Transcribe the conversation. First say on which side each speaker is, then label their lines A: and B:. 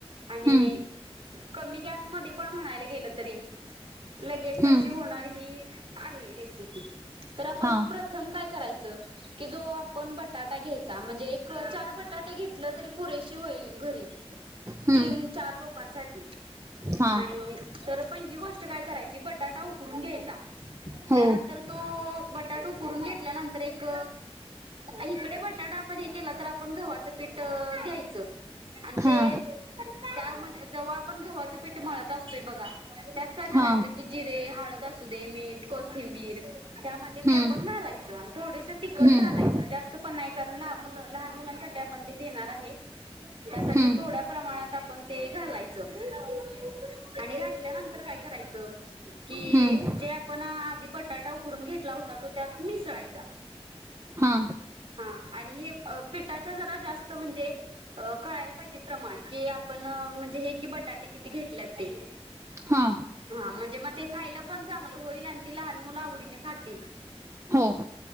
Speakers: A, on the right; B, on the right.
A: आणि.
B: हम्म
A: कमी गॅसमध्ये पण म्हणायला गेलं तरी. लगेच
B: हम्म
A: अशी होणारी ही आहे रेसिपी तर आपण
B: हा
A: प्रथम काय करायच. की जो आपण बटाटा घ्यायचा. म्हणजे एक चार बटाटे घेतलं तरी पुरेशी होईल. घरी
B: हम्म
A: तीन-चार लोकांसाठी
B: हा
A: आणि तर पहिली गोष्ट. काय करायची बटाटा उकडून घ्यायचा
B: हो
A: त्यानंतर तो च बटाटो उकडून घेतल्यानंतर एक इकडे बटाटा आपण हे केला तर आपण गव्हाच पीठ. घ्यायचं. आणि ते
B: हा
A: त्यामध्ये जेव्हा आपण गव्हाचं पीठ मळत असतोय बघा त्या. काय करायचं
B: हा
A: की जिरे. हळद असू दे. मीठ कोथिंबीर. त्यामध्ये ते
B: हम्म
A: आपण घालायचं. आणि थोडेस तिकट
B: हम्म
A: घालायचं. जास्त पण नाही. कारण लान मुल लहान मुलांसाठी आपण ते देणार आहे. त्यासाठी
B: हम्म
A: थोड्या प्रमाणात आपण ते घालायचं आणि घातल्यानंतर काय कराय की
B: हम्म
A: जे आपण आधी बटाटा उकडून घेतला हो तो त्यात मिसळायचा.
B: हा
A: हा आणि हे पिठाच्या जरा जास्त म्हणजे अ कळायला पाहिजे प्रमाण की आपण म्हणजे हे कि, आपण बटाटे किती घेतलेत ते.
B: हा
A: हा म्हणजे मग ते खायला पण चांगलं होईल आणि ते लहान मुलं आवडीने खातील.
B: हो